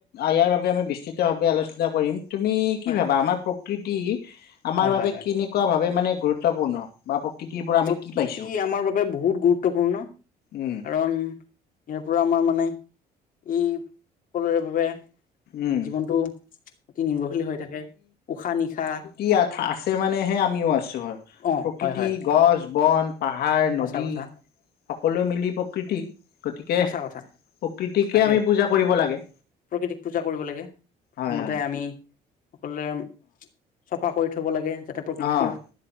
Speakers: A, on the left; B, on the left.
A: ইয়াৰ বাবে আমি বিস্তৃতভাৱে আলোচনা কৰিম, তুমি কি
B: হয়
A: ভাবা আমাৰ প্ৰকৃতি আমাৰ
B: হয়
A: বাবে
B: হয় হয়
A: কেনেকুৱাভাৱে মানে গুৰুত্বপূৰ্ণ বা প্ৰকৃতিৰ পৰা আমি
B: প্ৰকৃতি
A: কি পাইছো
B: আমাৰ বাবে বহুত গুৰুত্বপূৰ্ণ,
A: উম
B: কাৰণ এইবোৰ আমাৰ মানে এই সকলোৰে ভাৱে
A: উম
B: জীৱনটো অতি নিৰ্ভৰশীল হৈ থাকে উশাহ নিশাহ।
A: ই আছে মানেহে আমিও আছোঁ হয়,
B: অ'
A: প্ৰকৃতি
B: হয় হয়
A: গছ, বন- পাহাৰ,
B: সঁচা
A: নদী
B: কথা
A: সকলোৱে মিলি প্ৰকৃতি। গতিকে-
B: সঁচা কথা
A: প্ৰকৃতিকে
B: তাকে
A: আমি পূজা কৰিব লাগে।
B: প্ৰকৃতিক পূজা কৰিব লাগে। প্ৰথমতে
A: হয় হয়
B: আমি সকলোৱে চফা কৰি থব লাগে। যাতে প্ৰকৃতিটোৰ
A: অঁ'